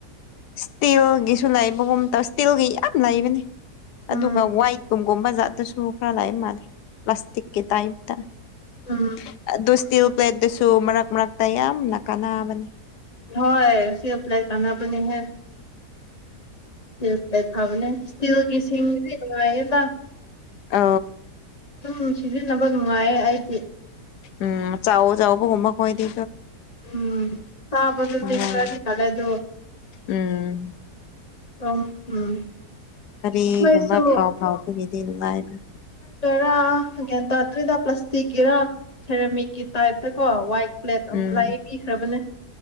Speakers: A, on the left; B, on the left.
A: ꯏꯁꯇꯤꯜꯒꯤꯁꯨ ꯂꯩꯕꯒꯨꯝ ꯇꯧ ꯏꯁꯇꯤꯜꯒꯤ ꯌꯥꯝ ꯂꯩꯕꯅꯤ
B: ꯎꯝ
A: ꯑꯗꯨꯒ ꯋꯥꯏꯠꯀꯨꯝꯕ ꯑꯣꯒꯣꯕꯥꯗꯁꯨꯨꯈ꯭ꯔ ꯂ ꯂꯩ ꯃꯥꯜꯂꯤꯦ ꯂꯁꯇꯛꯦ ꯇꯥꯏꯇꯣꯁꯤ
B: ꯎꯝ
A: ꯄ꯭ꯂꯦꯠꯇꯁꯨ ꯃꯔꯛ ꯃꯔꯛꯇ ꯌꯥꯝꯅ ꯀꯥꯟꯕꯅꯤ
B: ꯍꯣꯏ ꯁꯤ ꯑ꯭ꯂ ꯀꯅꯥ ꯄꯅꯤ ꯍꯥꯏ ꯏꯁꯤꯜ꯭ꯂ ꯐꯕꯅꯦ ꯏꯁꯇꯤꯜꯒꯤ ꯁꯤꯡꯗꯤ ꯅꯨꯡꯉꯥꯏꯌꯦꯕ
A: ꯑ
B: ꯑꯗꯨ ꯁꯤꯖꯤꯟꯅꯕ ꯅꯨꯡꯉꯥꯏꯌꯦ ꯑꯩꯗꯤ
A: ꯎꯝ ꯆꯥꯎꯑꯣ ꯆꯥꯎꯕꯒꯨꯝꯃ ꯀ ꯑꯣꯏꯗꯤ
B: ꯎꯝ ꯁꯥꯕꯗꯨꯗꯤ
A: ꯅꯨꯡꯉꯥꯏ
B: ꯈꯔꯗꯤ ꯀꯂꯦ ꯑꯗꯨ
A: ꯎꯝ
B: ꯑꯝ ꯎꯝ
A: ꯀꯔꯤꯒꯨꯝꯕ
B: ꯃꯣꯏꯁꯨ
A: ꯊꯥꯎ ꯐꯥꯎꯕꯒꯤꯗꯤ ꯅꯨꯡꯉꯥꯏꯕ
B: ꯔꯥ ꯍꯦꯟ ꯇꯠꯇ꯭ꯔꯦꯗ ꯄ꯭ꯂꯥꯁꯇꯤꯛꯀꯤꯔ ꯁꯦꯔꯃꯤꯛꯀꯤ ꯇꯥꯏꯞꯇ ꯀꯣ ꯋꯥꯏꯠ ꯄ꯭ꯂꯦꯠ ꯑꯃ
A: ꯎꯝ
B: ꯂꯥꯏ ꯄꯤꯈ꯭ꯔꯕꯅꯦ